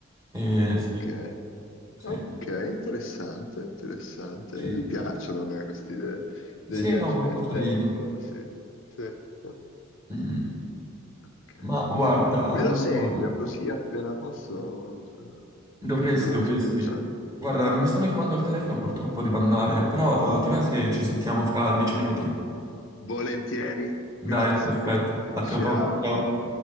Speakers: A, on the right (about 15°); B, on the left (about 60°).
A: E
B: ok.
A: sì, sì,
B: Ok, interessante, interessante.
A: sì.
B: Mi piacciono a me queste idee dei
A: Sì,
B: viaggi
A: no, molto
B: nel
A: carino.
B: tempo, sì. Sì. Ok,
A: Mm,
B: ok.
A: Ma guarda, allora,
B: Me lo segno così appena posso, cioè,
A: dovresti,
B: gli do
A: dovresti.
B: una spulciata.
A: Guarda, mi stanno chiamando al telefono, purtroppo devo andare, però eh, ti va se ci sentiamo fra dieci minuti?
B: Volentieri,
A: Dai,
B: grazie.
A: perfetto. A
B: Ciao.
A: tra poco. Ciao.